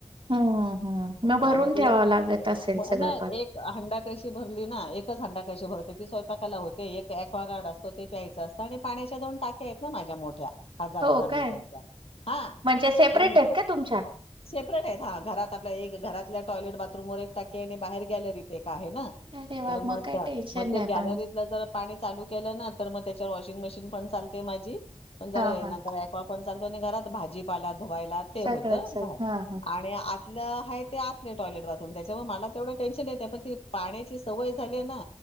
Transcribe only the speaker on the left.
हा मग ते
ना
एक हंडा कळशी भरली ना एक. हंडा कळशी भरते, ती स्वयंकाला होते, एक्वागार्ड असतो ते प्यायचं असतं, आणि पाण्याच्या दोन टाक्या आहेत ना माझ्या मोठ्या. हजार-हजार
लेटरच्या हा.
जाऊन या.
सेपरेट आहेत हा घरात आपल्या एक घ घरातल्या टॉयलेट बाथरूमवर एक टाकी आणि बाहेर एक गॅलरीत. एक आहे ना.
तर मग
त्या,
मग त्या
गॅलरीतला
जर पाणी चालू केलं ना तर मग त्याच्यावर वॉशिंग मशीन पण चालते माझी पण जरा
हे
नंतर ॲक्वा पण चाल पण घरात भाजी पाला व्हायला ते होत
भात
आणि आत आपलं आहे ते असले टॉयलेट बाथरूम त्याच्यावर मला तेवढं टेन्शन येत पण ती पाण्याची सवय झाली ना